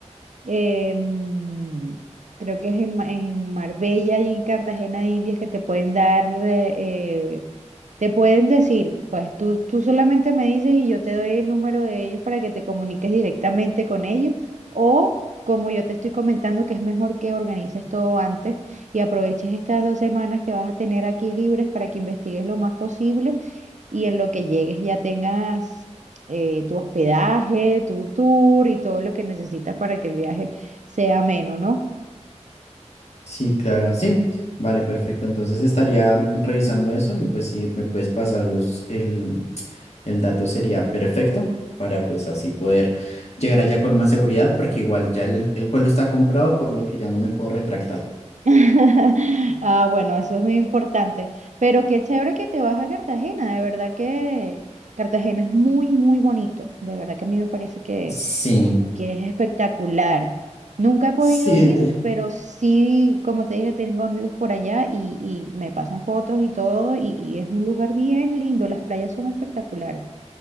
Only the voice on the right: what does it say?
em, creo que es en, Ma- en Marbella y en Cartagena de Indias que te pueden dar, eh, te pueden decir, pues tú, tú solamente me dices y yo te doy el número de ellos para que te comuniques directamente con ellos o... Como yo te estoy comentando, que es mejor que organices todo antes y aproveches estas dos semanas que vas a tener aquí libres para que investigues lo más posible y en lo que llegues ya tengas eh, tu hospedaje, tu tour y todo lo que necesitas para que el viaje sea ameno, ¿no?
<laughs> Ah, bueno, eso es muy importante. Pero qué chévere que te vas a Cartagena, de verdad que Cartagena es muy, muy bonito, de verdad que a mí me parece que,
que es espectacular. Nunca he podido
ir, pero sí, como te dije, tengo amigos por allá y, y me pasan fotos y todo, y, y es un lugar bien lindo, las playas son espectaculares.